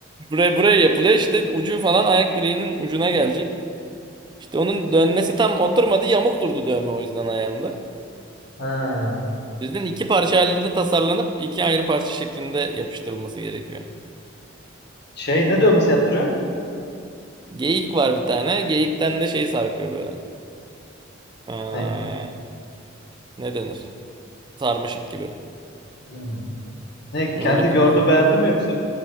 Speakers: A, on the right; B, on the left.
A: Buraya, buraya yapılıyor işte ucu falan ayak bileğinin ucuna gelecek. İşte onun dönmesi tam oturmadı yamuk durdu dövme o yüzden ayağında.
B: Ha.
A: Bizden iki parça halinde tasarlanıp iki ayrı parça şeklinde yapıştırılması gerekiyor.
B: Şey ne dövmesi yaptırıyor?
A: Geyik var bir tane. Geyikten de şey sarkıyor böyle. Aa,
B: Ne?
A: ne denir? Sarmaşık gibi.
B: Hmm. Ne
A: Öyle
B: kendi
A: bir
B: gördü
A: dövme.
B: beğendi mi yoksa